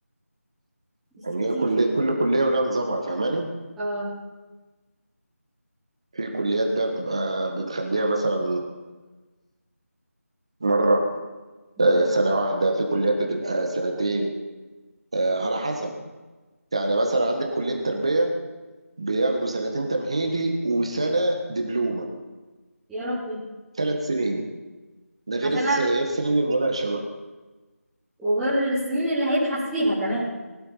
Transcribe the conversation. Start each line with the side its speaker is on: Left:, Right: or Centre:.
Centre: بس
Right: يعني
Centre: كتير
Right: هي كل كل كليه ولها نظامها فاهماني
Centre: اه
Right: في كليات بقى بتبقى بتخليها مثلا مره
Centre: مم.
Right: آه، سنه واحده في كليات بتبقى سنتين آه، على حسب يعني مثلا عندك كلية تربية بياخدوا سنتين تمهيدي وسنة دبلومة
Centre: يا ربي
Right: ثلاث سنين ده غير
Centre: عشان
Right: الس... غير سنين المناقشة بقى
Centre: وغير السنين اللي هيبحث فيها كمان